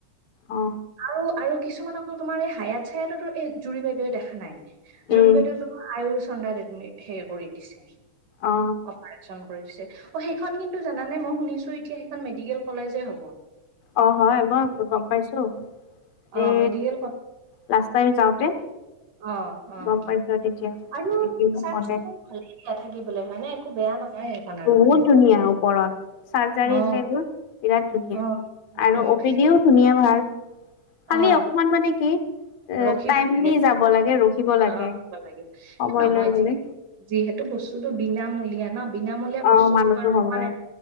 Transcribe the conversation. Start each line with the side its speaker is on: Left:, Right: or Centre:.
Left: অ
Right: আৰু আৰু কিছুমান আকৌ তোমাৰ এই হায়াত-চায়াততো, এই জুৰি বাইদেৱে দেখা নাই।
Left: উম
Right: জুৰি বাইদেউ দেখোন আয়োছ চন্দাত এডমিট সেই কৰি দিছে।
Left: অ
Right: অপাৰেশ্যন কৰি দিছে। অ' সেইখন কিন্তু জানানে? মই শুনিছো এতিয়া সেইখন মেডিকেল কলেজে হ'ব।
Left: অ' হয়, মই গম পাইছো।
Right: অ
Left: এ
Right: মেডিকেল ক
Left: লাষ্ট টাইম যাওঁতে।
Right: অ' অ'
Left: গম পাইছো তেতিয়া
Right: আৰু
Left: দেখিব
Right: চাফ-চিকুণ
Left: কলে
Right: ভালে দিয়া থাকিবলৈ। হয়নে? একো বেয়া নহয়। সেইখন আৰু
Left: বহুত
Right: মানে।
Left: ধুনীয়া ওপৰত। চাৰ্জাৰী
Right: অ
Left: যে এইবোৰ বিৰাট ধুনীয়া।
Right: অ
Left: আৰু
Right: অ
Left: অপিডিও ধুনীয়া ভাল। খালি
Right: অ
Left: অকমান মানে কি এ
Right: ৰখিব
Left: টাইমলি
Right: লাগে
Left: যাব লাগে। ৰখিব লাগে
Right: অ' হ'ব লাগিব।
Left: সময়
Right: এ নহয়
Left: লৈ গলে
Right: যি-যিহেতু বস্তুটো বিনামূলীয়া ন বিনামূলীয়া
Left: অ
Right: বস্তুত
Left: মানুহতো
Right: তোমাৰ অকমান
Left: হবই